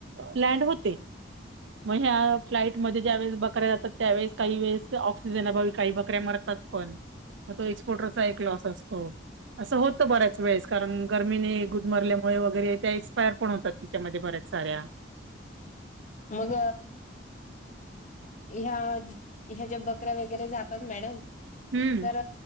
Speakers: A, on the right (about 70°); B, on the left (about 40°).
A: लँड होते मग ह्या फ्लाटमध्ये ज्या वेळेस बकऱ्या जातात त्यावेळेस काही वेळेस ऑस सीजन अभावी काही बकऱ्या मरतात पण तो एस्पॉटरचा एक लॉस असतो अस बऱ्याच वेळेस कारण गरमीने गुदमरल्यामुळे वगैरे त्या एक्सपायर पण होतात त्याच्यामध्ये बऱ्याच साऱ्या
B: मग ह्या ह्या ज्या बकऱ्या वगैरे जातात मॅडम
A: हम्म
B: तर